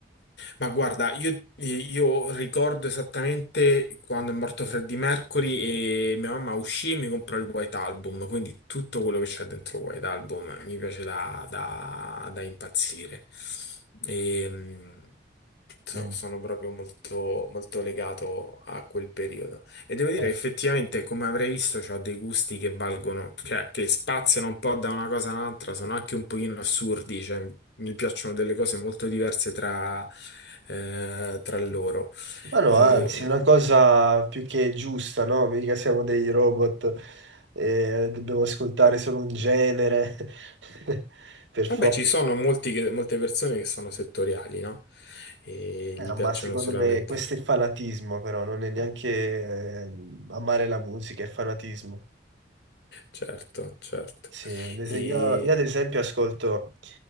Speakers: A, on the left; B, on the right.
A: Ma guarda, io, io ricordo esattamente quando è morto Freddie Mercury e mia mamma uscì e mi comprò il White Album, quindi tutto quello che c'è dentro il White Album mi piace da, da- da impazzire. E, mh, so-
B: Mm.
A: sono proprio molto, molto legato a quel periodo. E devo dire,
B: Eh.
A: effettivamente, come avrei visto, ho dei gusti che valgono, cioè che spaziano un po' da una cosa all'altra, sono anche un pochino assurdi, cioè, mi piacciono delle cose molto diverse tra, eh, tra loro.
B: Ma no,
A: E,
B: anzi, una cosa più che giusta, no? Mica siamo dei robot e dobbiamo ascoltare solo un genere, <laughs> per forza.
A: vabbè, ci sono molti che- molte persone che sono settoriali, no? E
B: Eh,
A: gli piacciono
B: ma secondo
A: solamente.
B: me questo è fanatismo, però non è neanche eh, amare la musica, è fanatismo.
A: Certo, certo.
B: Sì, ad es-
A: E
B: io, io ad esempio ascolto,